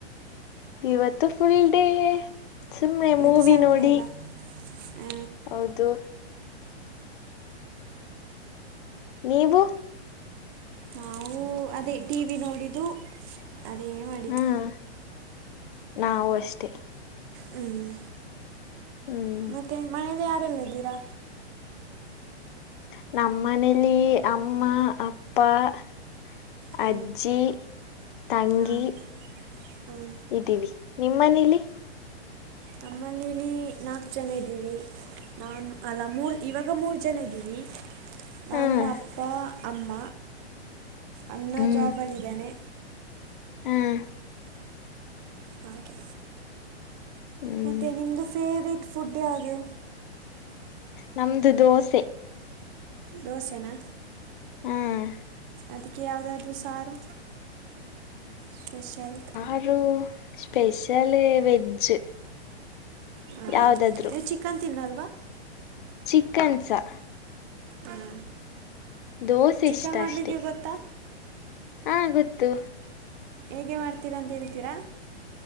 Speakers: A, on the left; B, on the right.
A: ಇವತ್ತು ಫುಲ್ ಡೇ ಸುಮ್ನೆ
B: ಇವತ್ತು
A: ಮೂವಿ
B: ಸಂಡೇ
A: ನೋಡಿ.
B: ಅಲ್ಲ ಆ,
A: ಹೌದು ನೀವು
B: ನಾವು ಅದೇ ಟಿವಿ ನೋಡಿದು ಅದೇ ಮಾಡಿತು.
A: ಹ್ಮ್ ನಾವು ಅಷ್ಟೇ.
B: ಹ್ಮ್
A: ಹ್ಮ್
B: ಮತ್ತೆ ಮನೇಯಲ್ಲಿ ಯಾರೆಲ್ಲ ಇದ್ದೀರಾ.
A: <inaudible>
B: ಹಾಂ
A: ಅಜ್ಜಿ ತಂಗಿ
B: ಹಾಂ ಹಾಂ
A: ಇದ್ದೀವಿ ನಿಮ್ ಮನೇಲಿ
B: ನಮ್ ಮನೇಲಿಲಿ. ನಾಕ್ ಜನ ಇದ್ದೀವಿ ನಾನು ಅಲ್ಲ ಮೂರು ಇವಾಗ ಮೂರು ಜನ ಇದ್ದೀವಿ
A: ಹ್ಮ್
B: ನಾನು ಅಪ್ಪ ಅಮ್ಮ ಅಣ್ಣ
A: ಹ್ಮ್
B: ಜಾಬ್ ಅಲ್ಲಿ ಇದಾನೆ
A: ಹ್ಮ್
B: ಹಾಗೆ
A: ಹ್ಮ್
B: ಮತ್ತೆ ನಿಮ್ದು ಫೇವ್ರೇಟ್ ಫುಡ್ ಯಾವುದು.
A: ನಮ್ದು ದೋಸೆ
B: ದೋಸೆನ
A: ಹ್ಮ್
B: ಅದಿಕ್ಕೆ ಯಾವುದದು ಸಾರು ಸ್ಪೆಷಲ್
A: ಅದು ಸ್ಪೆಷಲ್ ವೆಜ್
B: ಹಾಂ
A: ಯಾವ್ದಾದ್ರು
B: ನೀವು ಚಿಕನ್ ತಿನ್ನಲ್ವಾ
A: ಚಿಕನ್ ಸಾ
B: ಹಾಂ
A: ದೋಸೆ
B: ಚಿಕನ್
A: ಇಷ್ಟ
B: ಮಾಡಲಿಕ್ಕೆ
A: ಅಷ್ಟೇ
B: ಗೊತ್ತಾ
A: ಹಾ ಗೊತ್ತು
B: ಹಿಗೆ ಮಾಡ್ತೀರಾ ಅಂತ ಹೇಳ್ತೀರಾ.